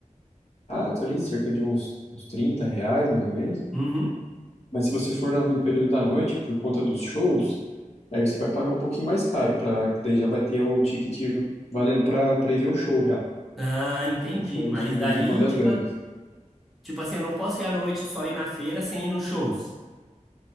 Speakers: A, on the left; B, in the centre.
A: pagar ali cerca de uns, uns 30 reais, mais ou menos.
B: Uhum.
A: Mas se você for na- no período da noite, por conta dos shows, aí você vai pagar um pouquinho mais caro, pra, que daí já vai ter o ticket valendo para para ir ver o show já.
B: Ah, entendi.
A: São shows
B: Mas
A: de, de
B: daí,
A: bandas
B: tipo,
A: grandes.
B: a- tipo assim, eu não posso ir à noite só ir na feira sem ir nos shows.